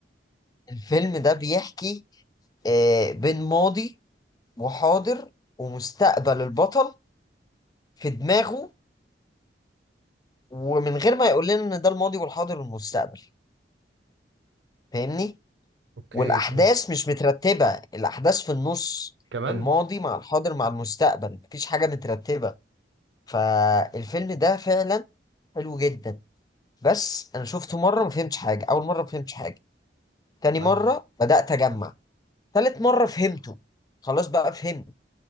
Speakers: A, on the left; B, on the right.
A: الفيلم ده بيحكي آه بين ماضي وحاضر ومستقبل البطل في دماغه ومن غير ما يقول لنا ان ده الماضي والحاضر والمستقبل فاهمني
B: اوكي
A: والاحداث
B: فاهم
A: مش مترتبه الاحداث في النص
B: كمان
A: الماضي مع الحاضر مع المستقبل مفيش حاجه مترتبه فالفيلم ده فعلا حلو جدا بس انا شفته مره ما فهمتش حاجه اول مره ما فهمتش حاجه تاني
B: طيب.
A: مره بدات اجمع تالت مره فهمته خلاص بقى فهمت